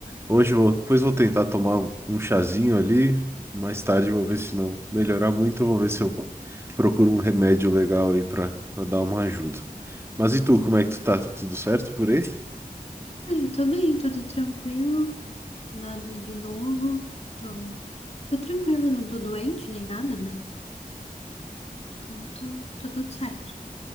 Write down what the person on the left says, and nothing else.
Uhum.
Ah, eu tô bem, tudo tranquilo. Nada de novo. Tô, tô tranquila, não tô doente nem nada, né? Então, tô, tô tudo certo.